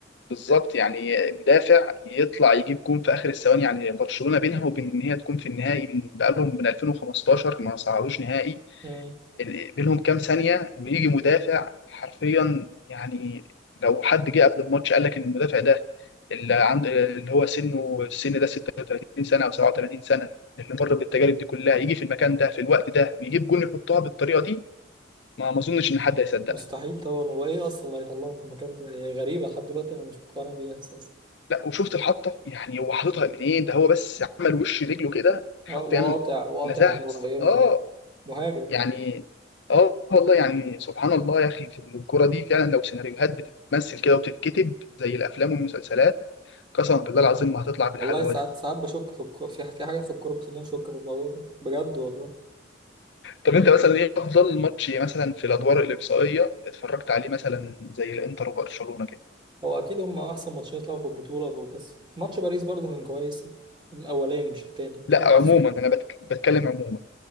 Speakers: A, on the left; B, on the right.
A: بالظبط يعني مدافع يطلع يجيب جون في اخر الثواني يعني برشلونه بينها وبين ان هي تكون في النهائي من بقالهم من 2015 ما صعدوش نهائي
B: مم.
A: ال- بينهم كام ثانيه ويجي مدافع حرفيا يعني لو حد جه قبل الماتش قال لك ان المدافع ده اللي عند اللي هو سنه السن ده 36 سنه او 37 سنه اللي مر بالتجارب دي كلها يجي في المكان ده في الوقت ده ويجيب جون يحطها بالطريقه دي ما ما اظنش ان حد هيصدق
B: مستحيل طبعا هو إيه أصلا اللي هيطلعه في المكان ده هي غريبة لحد دلوقتي أنا مش مقتنع بيها أساسا
A: لا وشفت الحطه يعني هو حاططها منين ده هو بس عمل وش رجله كده حرفيا
B: آه، وقاطع وقاطع
A: لزاز
B: على القريبة
A: اه
B: وبتاع. مهاجم
A: يعني
B: يعني
A: اه والله يعني سبحان الله يا اخي في الكوره دي فعلا لو سيناريوهات بتتمثل كده وبتتكتب زي الافلام والمسلسلات قسما بالله العظيم ما هتطلع بالحلاوه
B: والله ساعات
A: دي
B: ساعات بشك في الكورة في في حاجات في الكورة بتخليني أشك في الموضوع ده بجد والله
A: طب انت مثلا ايه افضل ماتش مثلا في الادوار الاقصائيه اتفرجت عليه مثلا زي الانتر وبرشلونه كده
B: هو أكيد هم أحسن ماتشين يطلعوا في البطولة بس ماتش باريس برضه كان كويس الأولاني مش التاني التاني
A: لا
B: حاسه
A: عموما انا بتك- بتكلم عموما